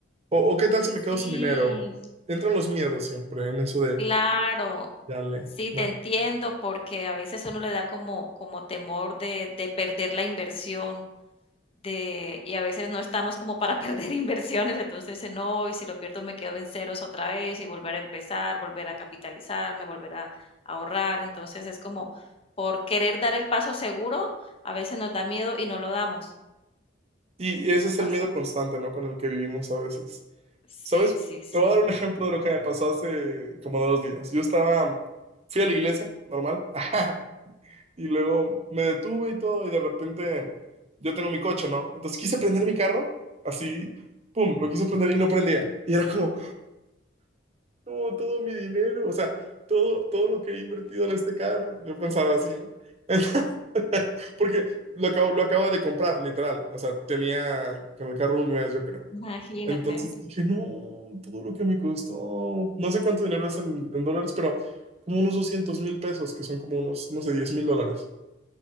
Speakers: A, on the right; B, on the left.
A: O, o qué tal si me quedo
B: Sí.
A: sin dinero? Entran los miedos siempre en eso de,
B: Claro,
A: dale,
B: sí,
A: ¿no?
B: te entiendo, porque a veces uno le da como, como temor de, de perder la inversión, de, y a veces no estamos como para <laughs> perder inversiones, entonces dice, no, y si lo pierdo me quedo en ceros otra vez y volver a empezar, volver a capitalizarme, volver a ahorrar, entonces es como por querer dar el paso seguro, a veces nos da miedo y no lo damos,
A: Y
B: eso
A: ese es
B: pasa.
A: el miedo constante, ¿no? Con el que vivimos a veces.
B: Sí,
A: ¿Sabes?
B: sí, sí,
A: Te voy a dar un ejemplo de lo que me pasó hace como dos días. Yo estaba, fui a la iglesia, normal. <laughs> Y luego me detuve y todo, y de repente yo tengo mi coche, ¿no? Entonces quise prender mi carro, así, pum, lo quise prender y no prendía. Y era como, no, todo mi dinero, o sea, todo, todo lo que he invertido en este carro. Yo pensaba así, ¿no? Entonces, <laughs> porque lo acabo, lo acabo de comprar, literal. O sea, tenía con el carro un mes, yo creo.
B: imagínate,
A: Entonces dije, no, todo lo que me costó, no sé cuánto dinero es en, en dólares, pero como unos doscientos mil pesos, que son como unos, no sé, diez mil dólares.